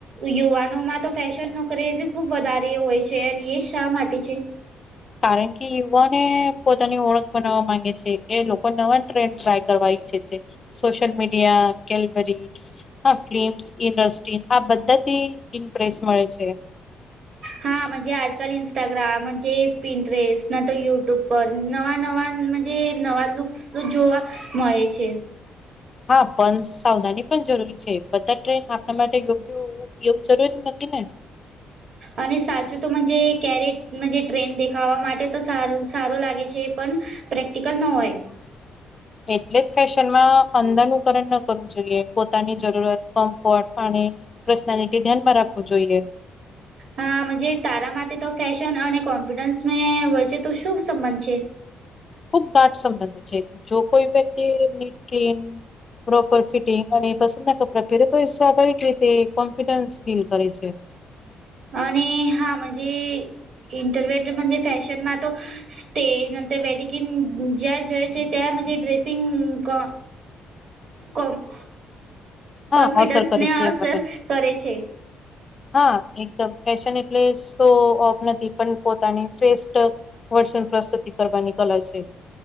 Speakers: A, on the right; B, on the left.
A: યુવાનો માં તો ફેશન નો ક્રેઝ ખુબ વધારે હોય છે અને એ શા માટે છે.
B: કારણ કે યુવાને પોતાની ઓળખ બનાવા માંગે છે એ લોકો નવા ટ્રેન્ડ ટ્રાય કરવાય ઈચ્છે છે. સોશલ મીડિયા કેલબરી હ ફમ ઇન્ડસ્ટ્રી- આ બધાથી ઇમ્પ્રેસ મળે છે.
A: હાજ આજકાલ ઇન્સ્ટાગ્રામ પિન્ટસ્ટ ન તો યુટ્યુબ- પર નવા નવા જે નવા લુક્સ તો જોવા મળે છે.
B: હા બસ સાવધાની પણ જરૂરી છે બધા ટ્રેન આપણા માટે યોગ્ય- એવું જરૂરી નથી ને- <inaudible>
A: અને સાચું તોજ ક્યારે ટ્રેન દેખાવા માટે તો સાર સારો લાગે છે પણ- પ્રેક્ટિકલ ન હોય-
B: એટલે જ ફેશનમાં અંદરનું કરણ ન કરવું જોઈએ પોતાની જરૂરત કમ્ફર્ટ અને- પર્સનાલિટી ધ્યાનમાં રાખવું જોઈએ-
A: હા જે તારા માટે તો ફેશન અને કોન્ફિડન્સ મે વચ્ચે- તો શું સંબંધ છે.
B: ખુબ ગાટ સંબંધ છે જો કોઈ વ્યક્તિ ટન- પ્રોપર ફિટિંગ અને પસંદ ના કપડાં પહેરે તો એ સ્વાભાવિક રીતે કોન્ફિડન્સ ફીલ કરે છે.
A: અને હાજ ઈન્ટરનેટમાં જે ફેશનમાં તો- સ્ટેજ અને વેડિંગિંગ જ્યાં જય છે. તેમ જે ડ્રેસિંગ કો કો- કોન્ફિડન્સ
B: હા અસર કરે
A: ને
B: છે
A: અસર
B: એમના પર
A: કરે છે.
B: હા એકદમ ફેશન એટલે શો ઓફ નથી પણ પોતાની ફીસ્ટ- વર્ષન પ્રસૂતિ કરવાની કલા છે.